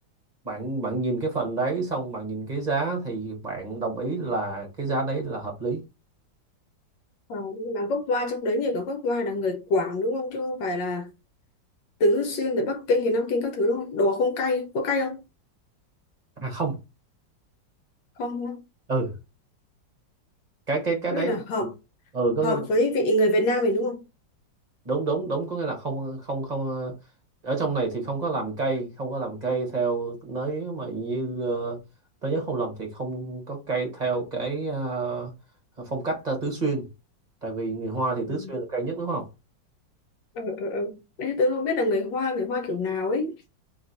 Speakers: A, on the right; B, on the left.
A: bạn bạn nhìn cái phần đấy xong bạn nhìn cái giá thì bạn đồng ý là cái giá đấy là hợp lý
B: Ờ, nhưng mà gốc hoa trong đấy nhỉ có gốc hoa là người Quảng đúng không chứ không phải là tứ xuyên từ Bắc Kinh thì Nam Kinh các thứ đúng không đồ không cay có cay không
A: à không
B: không đúng không?
A: Ừ. cái cái cái
B: có
A: đấy
B: nghĩa là hợp
A: ừ có
B: hợp
A: nghĩa là
B: với vị người Việt Nam mình đúng không
A: đúng đúng đúng có nghĩa là không không không ờ, ở trong này thì không có làm cây không có làm cây theo nếu mà như ờ, tôi nhớ không lầm thì không có cây theo cái ờ, phong cách ờ, tứ xuyên tại vì người Hoa thì
B: Ừ.
A: tứ xuyên là cây nhất đúng không
B: ừ ừ ừ đấy tôi không biết là người Hoa người Hoa kiểu nào ấy